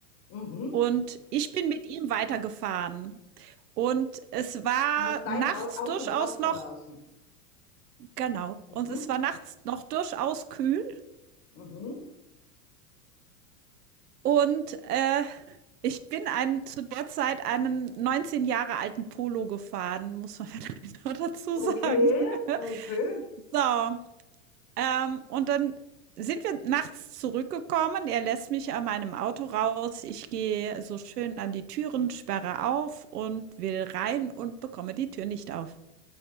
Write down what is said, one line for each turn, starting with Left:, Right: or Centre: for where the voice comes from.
Left: Mhm.
Right: und ich bin mit ihm weitergefahren. Und es war
Left: Und hast dein
Right: nachts
Left: Au- Auto
Right: durchaus
Left: dort gelassen.
Right: noch Genau.
Left: Mhm.
Right: Und es war nachts noch durchaus kühl
Left: Mhm.
Right: und, äh, ich bin einen zu der Zeit einen 19 Jahre alten Polo gefahren, muss man <laughs> vielleicht noch dazu
Left: Okay,
Right: sagen. <laughs>
Left: okay,
Right: So, ähm, und dann sind wir nachts zurückgekommen. Er lässt mich an meinem Auto raus. Ich gehe so schön an die Türen, sperre auf und will rein und bekomme die Tür nicht auf,